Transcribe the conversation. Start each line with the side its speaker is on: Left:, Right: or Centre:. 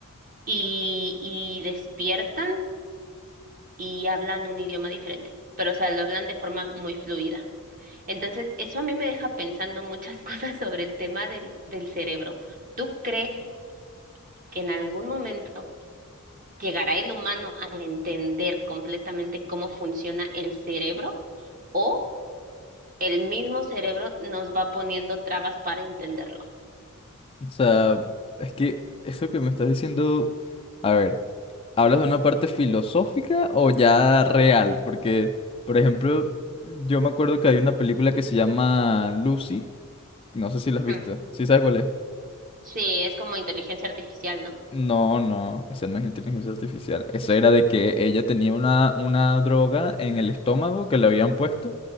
Right: y, y despiertan y hablan un idioma diferente, pero o sea, lo hablan de forma muy fluida. Entonces, eso a mí me deja pensando muchas <laughs> cosas sobre el tema del, del cerebro. ¿Tú crees que en algún momento llegará el humano a entender completamente cómo funciona el cerebro o el mismo cerebro nos va poniendo trabas para entenderlo?
Left: O sea, es que eso que me estás diciendo, a ver, ¿hablas de una parte filosófica o ya real? Porque, por ejemplo, yo me acuerdo que hay una película que se llama Lucy, no sé si
Right: Ujú.
Left: la has visto, ¿sí sabes cuál es?
Right: Sí, es como inteligencia artificial, ¿no?
Left: No, no, esa no es inteligencia artificial. Eso era de que ella tenía una, una droga en el estómago que le habían puesto